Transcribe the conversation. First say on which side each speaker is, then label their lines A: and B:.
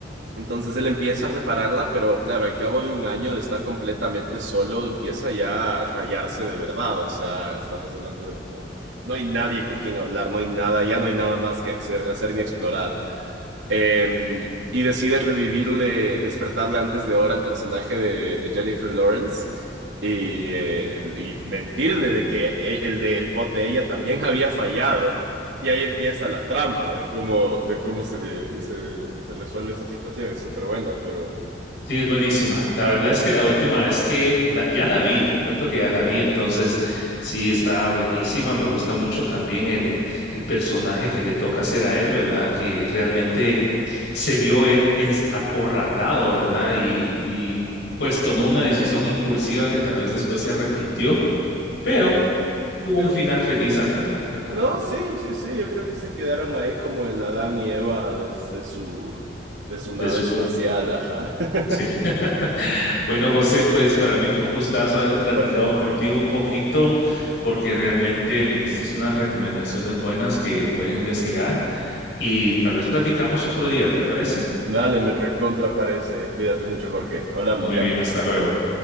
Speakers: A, on the right (about 85°); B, on the left (about 70°).
A: Entonces él empieza a repararla, pero claro, al cabo de un año de estar completamente solo, empieza ya a rayarse de verdad. O sea, estamos hablando de como no hay nadie con quien hablar, no hay nada, ya no hay nada más que hacer, hacer ni explorar. Eh, y decide revivirle, despertarle antes de hora al personaje de, de Jennifer Lawrence y, eh, y mentirle de que e- el, de- el pod de ella también había fallado. Y ahí empieza la trama de cómo, de cómo se, se, se resuelve esa situación. Es súper buena, pero...
B: Sí, es buenísima. La
A: Ajá,
B: verdad es que la última vez que la- ya la vi, te cuento que ya la vi, entonces sí está buenísima. Me gusta mucho también el, el personaje que le toca hacer a él, ¿verdad? Que realmente se vio él ens- acorralado, ¿verdad? Y, y pues tomó una decisión impulsiva que tal vez después se arrepintió, pero tuvo
A: pero...
B: un final feliz al final, ¿verdad?
A: No, sí, sí, sí, yo creo que se quedaron ahí como el Adán y Eva desde su, de su
B: De
A: nave
B: su
A: espacial, ajá. <laughs>
B: Sí. <laughs> Bueno, José, pues para mí fue un gustazo haber platicado
A: Igualmente.
B: contigo un poquito porque realmente me diste unas recomendaciones buenas que voy a investigar y tal vez platicamos otro día, ¿te parece?
A: Dale, me recontra parece. Cuídate mucho, Jorge. Hablamos,
B: Muy
A: ¿ya?
B: bien, hasta luego.